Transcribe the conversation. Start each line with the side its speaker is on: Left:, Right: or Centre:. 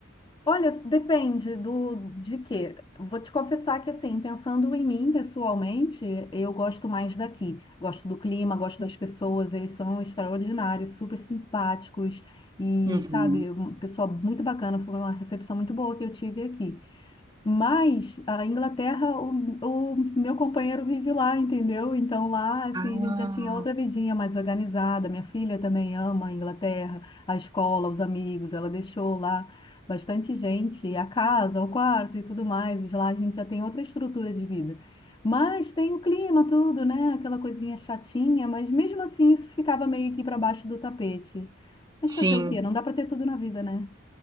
Left: Olha, depende do de quê. Vou te confessar que, assim, pensando em mim pessoalmente, eu gosto mais daqui. Gosto do clima, gosto das pessoas, eles são extraordinários, super simpáticos e,
Right: Uhum.
Left: sabe, um pessoal muito bacana. Foi uma recepção muito boa que eu tive aqui. Mas a Inglaterra, o, o meu companheiro vive lá, entendeu? Então lá, assim,
Right: Ah.
Left: a gente já tinha outra vidinha mais organizada. Minha filha também ama a Inglaterra, a escola, os amigos, ela deixou lá bastante gente, e a casa, o quarto e tudo mais. E lá a gente já tem outra estrutura de vida. Mas tem o clima, tudo, né? Aquela coisinha chatinha, mas mesmo assim isso ficava meio que para baixo do tapete. Mas
Right: Sim.
Left: fazer o quê? Não dá para ter tudo na vida, né?